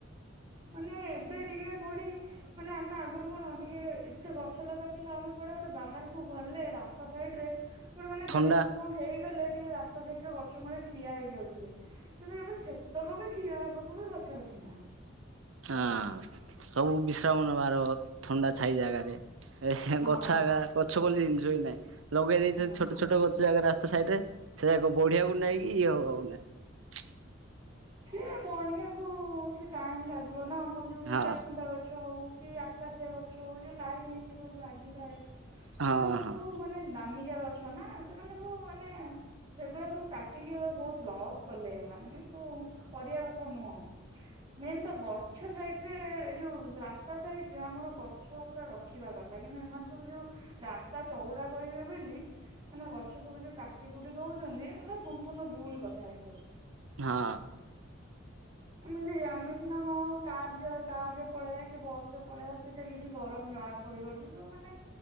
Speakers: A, on the right (about 25°); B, on the right (about 85°).
A: ମାନେ ଏବେ ଟିକେ କୋଉଁଠି ମାନେ ଆମେ ଆଗରୁ କଣ ଟିକେ ଏତେ ଗଛ ଲତା ଥିଲା। ଆମେ କୁଆଡ଼େ ଗୋଟେ ବାହାରକୁ ଗଲେ ରାସ୍ତା ସାଇଡ ରେ <unintelligible>
B: ଥଣ୍ଡା
A: ଦେହମୁଣ୍ଡ କଣ ହେଇଗଲେ ଟିକେ ରାସ୍ତା ସାଇଡରେ ଗଛ ମୂଳେ ଠିଆ ହେଇଯାଉଥିଲେ କିନ୍ତୁ ଏବେ ସେତକ ବି ଠିଆ ହେବାକୁ ବି ଗଛ ନାହାଁନ୍ତି।
B: ହଁ ସବୁ ବିଶ୍ରାମ ନେବାର ଥଣ୍ଡା ଛାଇ ଜାଗାରେ ଏ
A: ହଁ
B: ଗଛ ଆକା ଗଛ ବୋଲି ଜିନିଷ ହିଁ ନାଇଁ। ଲଗେଇ ଦେଇଛନ୍ତି
A: ହଁ
B: ଛୋଟ ଛୋଟ ଗଛ ଜାଗା ରାସ୍ତା ସାଇଡ଼ ରେ ସେଜାକ ବଢ଼ିବାକୁ ନାହିଁ କି ଇଏ ହେବାକୁ ନାହିଁ। ଠିକ୍।
A: ସେ ବଢ଼ିବାକୁ ସେ ଟାଇମ ଲାଗିବ ନା ଆମର ଯୋଉ
B: ହଁ
A: ଚାଖୁଣ୍ଡା ଗଛ ହଉ କି ଆକାଶିଆ ଗଛ ହଉ ଯୋଉ ଲାଇନ ହେଇକି ସବୁ ଲାଗିଥାଏ
B: ହଁ
A: ସେଗୁରା ସବୁ
B: ହଁ।
A: ମାନେ ଦାମିକିଆ ଗଛ ନା ସେମାନେ ସବୁ ମାନେ ସେଗୁଡ଼ା ସବୁ କାଟିକି ବହୁତ ଲସ୍ କଲେ ଏ ତ କରିବା କଥା ନୁହଁ।
B: ହଁ।
A: ମେନ୍ ତ ଗଛ ସାଇଡ଼ ରେ ଏଇ ଯୋଉ ରାସ୍ତା ସାଇଡ଼ରେ ଆମର ଗଛ ପୁରା ରଖିବା କଥା ଏମାନେ ସବୁ ଯୋଉ ରାସ୍ତା ଚଉଡ଼ା କରିବେ ବୋଲି ମାନେ ଗଛ ସବୁ ଯୋଉ କାଟି କୁଟି ଦଉଛନ୍ତି ଏଟା ସମ୍ପୂର୍ଣ୍ଣ ଭୁଲ କଥା ଏସବୁ।
B: ହଁ।
A: ଏମିତି ଆମେ ସିନା ହଁ କାର-କାର ରେ ପଳେଇବା କି ବସ ରେ ପଳେଇବା ସେଇଟା କିଛି ଗରମ ଜଣା ପଡ଼େ ପଡ଼ିବନି ଯୋଉମାନେ